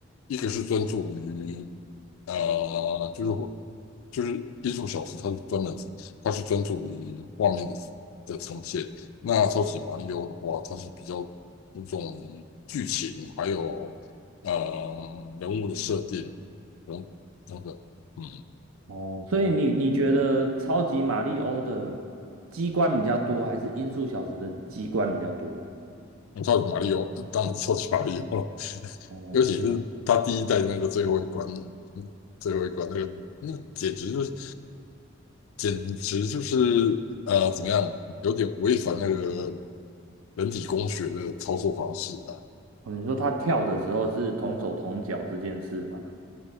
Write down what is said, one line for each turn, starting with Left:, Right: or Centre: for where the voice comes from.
Left: 一个是专注于呃，就是就是艺术小说，它是专门它是专注于画面的的呈现。那超级马里奥的话，它是比较注重于剧情，还有呃人物的设定等等等。嗯，
Right: 哦，所以你你觉得超级马里奥的机关比较多，还是音速小子的机关比较多？
Left: 那超级马里奥呃当然是超级马里奥了，<laughs>
Right: 哦，
Left: 尤其是他第一代那个最后一关，嗯最后一关那个那简直就是简直就是呃怎么样，有点违反那个人体工学的操作方式啊。
Right: 你说他跳的时候是同手同脚这件事嘛？